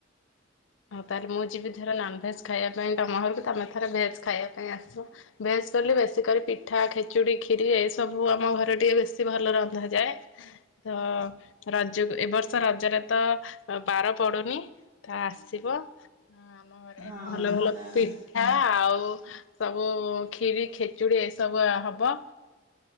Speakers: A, on the left; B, on the right.
A: ହଉ ତାହେଲେ ମୁଁ ଯିବି ଥରେ ନନ୍ଭେଭେଜ୍ ଖାଇବା ପାଇଁ ତମ ଘରକୁ ତମେ ଥର ଭେଜ୍ ଖାଇବା ପାଇଁ ଆସିବ। ଭେଜ୍ କଲେ ବେଶୀ କରି ପିଠା ଖେଚୁଡ଼ି କ୍ଷୀରି ଏ ସବୁ ଆମ ଘରେ ଟିକେ ବେଶୀ ଭଲ ରନ୍ଧା ଯାଏ।
B: <inaudible>
A: ହଁ ରଜକୁ ଏବ ବର୍ଷ ରଜରେ ତ ବାର ପଡୁନି ତ ଆ। <unintelligible>
B: ହଁ ଏଥର
A: ଠା ଆଉ ସବୁ କ୍ଷୀରି ଖେଚୁଡ଼ି ଏସବୁ ଆଁ ହବ।